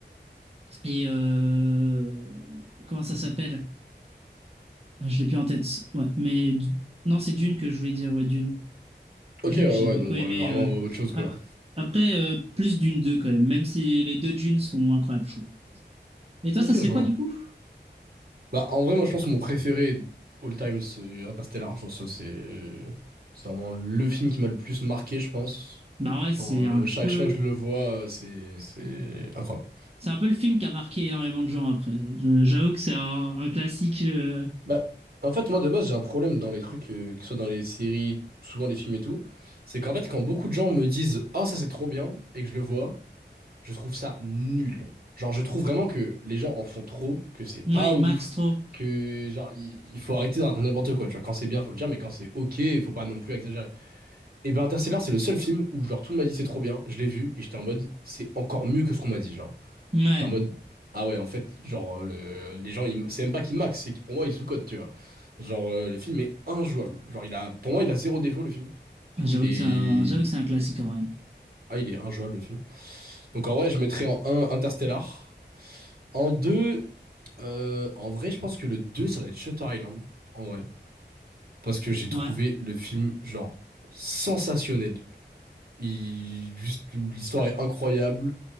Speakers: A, on the right; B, on the right.
A: et euh, comment ça s'appelle? Ah, Je l'ai plus en tête. Ouais, mais du- non, c'est Dune que je voulais dire. Ouais, Dune.
B: Ok,
A: Dune,
B: ouais,
A: j'ai
B: ouais,
A: beaucoup
B: donc
A: aimé.
B: ouais, vraiment
A: euh,
B: euh, autre chose, quoi.
A: après, après euh, plus Dune deux quand même, même si les deux Dunes sont incroyables, je trouve. Et toi,
B: Ok,
A: ça serait
B: je
A: quoi
B: vois.
A: du coup?
B: Bah, en vrai, moi, je pense que mon préféré all time, c'est Interstellar. Genre, ça, c'est. C'est vraiment le film qui m'a le plus marqué, je pense.
A: Bah ouais, c'est
B: Genre, euh,
A: un
B: chaque
A: peu.
B: fois que je le vois, euh, c'est c'est incroyable.
A: C'est un peu le film qui a marqué énormément de gens après. Je- J'avoue que c'est un, un classique. euh,
B: Bah, en fait, moi, de base, j'ai un problème dans les trucs, euh, que ce soit dans les séries, souvent les films et tout. C'est qu'en fait, quand beaucoup de gens me disent «Ah, ça, c'est trop bien» et que je le vois, je trouve ça nul. Genre, je trouve vraiment que les gens en font trop, que c'est pas
A: Ouais, il
B: ouf,
A: max trop.
B: que, genre, il il faut arrêter de raconter n'importe quoi, tu vois. Quand c'est bien, faut le dire, mais quand c'est ok, faut pas non plus exagérer. Et ben, Interstellar, c'est le seul film où, genre, tout le monde m'a dit «C'est trop bien», je l'ai vu, et j'étais en mode «C'est encore mieux que ce qu'on m'a dit», genre.
A: Ouais,
B: J'étais en mode, ah ouais, en fait, genre, euh, les gens, ils- c'est même pas qu'ils max, c'est que pour moi, ils sous-cotent, tu vois. Genre, euh, le film est injouable. Genre, il a, pour moi, il a zéro défaut, le film. Je
A: j'avoue
B: trouve il est.
A: que c'est un, j'avoue que c'est un classique en vrai.
B: Ah, il est injouable, le film. Donc, en vrai, je mettrais en un Interstellar. En deux euh, en vrai, je pense que le 2 ça va être Shutter Island, en vrai. Parce que j'ai trouvé
A: Ouais.
B: le film, genre, sensationnel. Il... Juste, l'histoire est incroyable.